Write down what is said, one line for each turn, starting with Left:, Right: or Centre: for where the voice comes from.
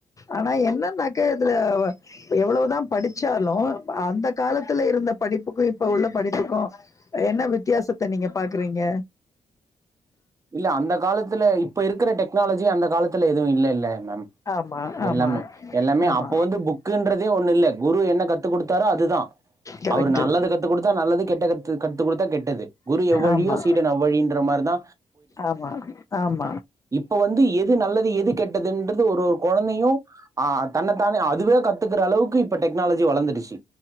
Left: ஆனா என்னன்னாக்க இதுல இப்ப எவ்ளோதா படிச்சாலு அந்த காலத்துல இருந்த படிப்புக்கு இப்ப உள்ள படிப்புக்கு என்ன வித்தியாசத்த நீங்க பாக்குறீங்க
Right: இல்ல அந்த காலத்துல இப்ப இருக்கிற டெக்னாலஜி அந்த காலத்துல எதுவு இல்லல்ல மேம்
Left: ஆமா ஆமா
Right: எல்லாமே எல்லாமே
Left: ஆமா
Right: அப்போ வந்து புக்குன்றதே ஒண்ணு இல்ல குரு என்ன கத்து குடுத்தாரோ அதுதா
Left: கரெக்ட்டு
Right: அவரு நல்லது கத்துக் குடுத்தா நல்லது கெட்ட கத் த்து கத்து குடுத்தா கெட்டது குரு எவ்வழியோ
Left: ஆமா
Right: சீடன் அவ்வழின்ற மாரிதா
Left: ஆமா ஆம்
Right: இப்ப வந்து எது நல்லது எது கெட்டதுன்றது ஒரு ஒரு கொழந்தையு ஆ தன்ன தானே அதுவே கத்துக் அளவுக்கு இப்ப டெக்னாலஜி வளந்துடுச்சு